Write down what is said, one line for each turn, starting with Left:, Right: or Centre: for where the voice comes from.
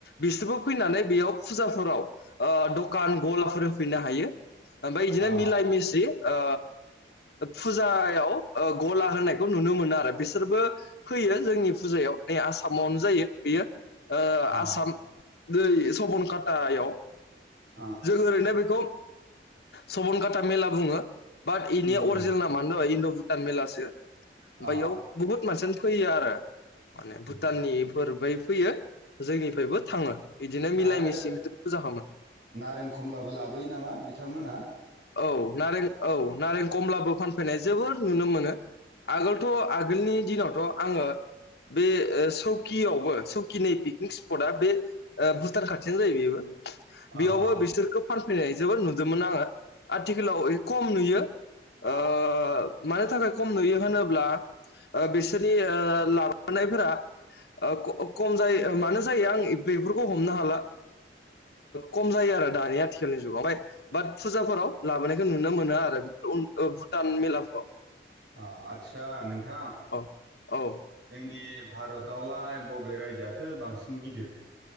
Left: बिसोरबो फैनानै बेयाव फुजाफोराव ओ दखान गलाफोर होफैनो हायो। ओमफ्राय बिदिनो
Right: अ
Left: मिलाय मिसि ओ फुजा फुजायाव ओ गला होननायखौ नुनो मोनो आरो बिसोरबो फैयो जोंनि फुजायाव बे आसामावनो जायो बेयो ओ
Right: अ
Left: आसाम नै सबनकाटायाव
Right: अ
Left: जों ओरैनो बेखौ सबनकाटा मेला बुङो बाट इनिया
Right: उम
Left: अरिजिनेल
Right: उम
Left: नामानो जाबाय इण्ड' भुटान मेलासो। ओमफ्राय बेयाव
Right: अ
Left: बुहुत मानसियानो फैयो आरो माने
Right: उम
Left: भुटाननिफोर निफ्रायबो फैयो जोंनिफ्रायबो
Right: अ
Left: थाङो बिदिनो मिलाय
Right: आरो
Left: मिसि फुजा खालामामो
Right: नारें कमलाबो लाबोयो नामा बिथांमोना?
Left: औ नारें औ नारें कमलाबो फानफैनाय जोबोर नुनो मोनो।
Right: अ
Left: आगोलथ' आगोलनि दिनावथ' आङो बे सौकियावबो सौकिनि पिकनिक स्पटआ बे भुटान ओ खाथियानो जायो बेबो। बेयावबो
Right: अ
Left: बिसोरखौ फानफैनाय जोबोद नुदोंमोन आङो। आथिखालाव खम नुयो ओ
Right: अ
Left: मानो थाखाय खम नुयो होनोब्ला ब्ला बिसोरनि लाबोनायफोरा ओ खम जायो मानो जायो आं बेफोरखौ हमनो हाला खम जायो आरो दानि आथिखालनि जुगावहाय। बाट फुजाफोराव लाबोनायखौ नुनो मोनो आरो ओ भुटान मेलाफ्राव।
Right: ओ आतसा नोंथां
Left: औ औ
Right: जोंनि भारतआवलाय बबे रायजोयाथो बांसिन गिदिर?